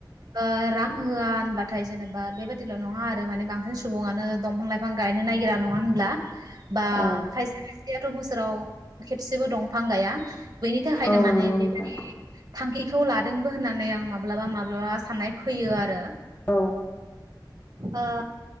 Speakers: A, on the right; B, on the left.
A: ओ रां होआ होनबाथाय जेनेबा बेबादिल' नङा आरो माने बांसिन सुबुङानो दंफां लाइफां गायनो नायगिरा नङा होनब्ला । बा
B: औ
A: खायसे खाय गैयाथ' बोसोराव खेबसेबो दंफां गाया बेनि थाखायनो
B: औ
A: माने
B: नंगौ नोंथां
A: बे बे थांखिखौ लादोंबो होननानै आं माब्लाबा माब्लाबा साननाय फैयो आरो।
B: औ।
A: ओ।